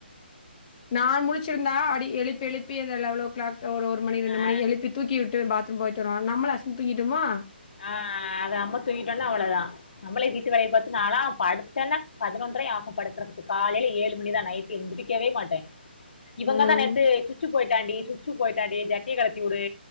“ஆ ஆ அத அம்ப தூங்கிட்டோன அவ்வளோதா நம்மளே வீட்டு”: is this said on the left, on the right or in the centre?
Left